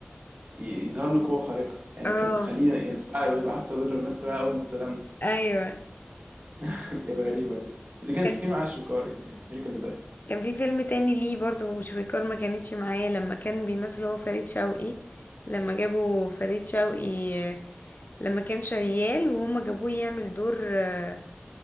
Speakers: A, on the right (about 45°); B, on the left (about 50°).
A: ي- يظهر له قوة خارقة يعني
B: اه
A: كانت بتخليه ينفعل ويتعصب ويضرب الناس كلها أول ما تتغنى
B: ايوه
A: <laughs> كانت غريبة دي بس دي كان
B: كان
A: في معاه شويكار يعني هي اللي كانت بتغني
B: كان في فيلم تاني ليه برضو شويكار ما كانتش معاه لما كان بيمثل هو فريد شوقي لما جابوا فريد شوقي آه، لما كان شيال وهما جابوه يعمل دور آه،